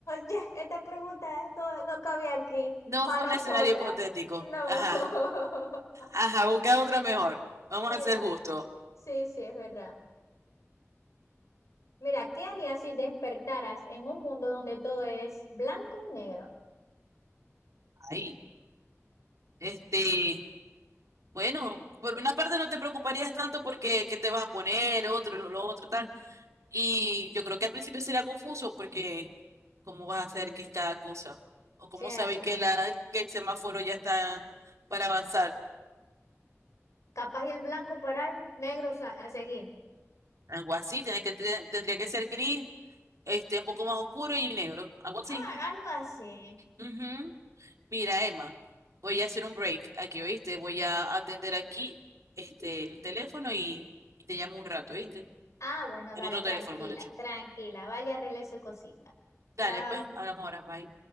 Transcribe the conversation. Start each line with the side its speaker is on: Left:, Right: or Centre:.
Left: ya, esta pregunta no, no cabe aquí
Right: no
Left: para
Right: fue un
Left: nosotras.
Right: escenario hipotético.
Left: No.
Right: Ajá,
Left: <laughs>
Right: ajá, busca otra mejor. Vamos
Left: Mira,
Right: a ser justos.
Left: sí, sí, es verdad. Mira, ¿qué harías si despertaras en un mundo donde todo es blanco y negro?
Right: Ahí. Este. Bueno, por una parte no te preocuparías tanto porque qué te vas a poner, otro, lo, lo otro, tal. Y yo creo que al principio sería confuso porque cómo vas a hacer qué es cada cosa. O
Left: Cierto.
Right: cómo sabéis que, la, que el semáforo ya está para avanzar.
Left: Capaz y el blanco parar, negro sa- a seguir.
Right: Algo así, tiene que, te- tendría que ser gris, este, un poco más oscuro y negro. Algo así.
Left: Ah, algo así.
Right: Ujú. Mira, Emma, voy a hacer un break aquí, ¿oíste? Voy a atender aquí este, el teléfono y te llamo un rato, ¿oíste?
Left: Ah, bueno,
Right: El
Left: dale,
Right: otro
Left: tranquila,
Right: teléfono, mejor dicho.
Left: tranquila. Vaya, arregle su cosita.
Right: Dale,
Left: Chao.
Right: pues, hablamos ahora, bye.